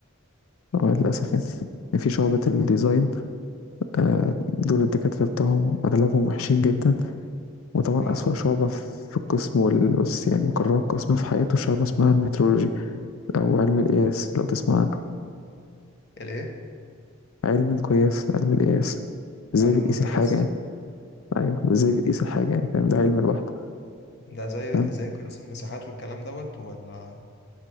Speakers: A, on the left; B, on the left.
A: اه للأسف يعني يعني في شعبة الديزاين آه، دول الدكاترة بتوعهم أغلبهم وحشين جدا وطبعا
B: اه
A: أسوأ شعبة في القسم والأس يعني قرار القسم في حياته شعبة اسمها المترولوجي أو علم القياس لو تسمع عنه
B: الايه
A: علم القياس علم القياس ازاي
B: علوم
A: بتقيس
B: القياس
A: الحاجة يعني أيوه ازاي بتقيس الحاجة يعني فاهم ده علم لوحده
B: ده زي
A: فاهم
B: زي قياس المساحات والكلام دوت ولا